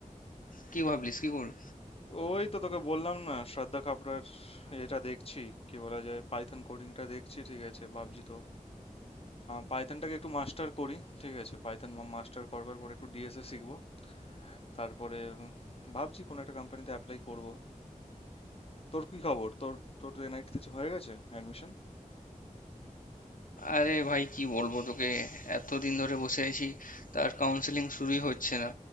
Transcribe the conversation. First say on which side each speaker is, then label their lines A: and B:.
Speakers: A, on the left (about 75°); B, on the left (about 45°).
A: কি ভাবলিস কি করবি
B: ওই তো তোকে বললাম না শ্রদ্ধা কাপড়ার এটা দেখছি কি বলা যায় পাইথন কোডিংটা দেখছি ঠিক আছে ভাবছি তো পাইথনটাকে একটু মাস্টার করি ঠিক আছে পাইথন মাস্টার করবার পরে একটু ডিএসএ শিখবো তারপরে উম, ভাবছি কোনো একটা কোম্পানিতে অ্যাপ্লাই করব তোর কি খবর তোর তোর এনআইটি তে হয়ে গেছে অ্যাডমিশন
A: আরে ভাই কি বলবো তোকে এতদিন ধরে বসে আছি তার কাউন্সেলিং শুরুই হচ্ছে না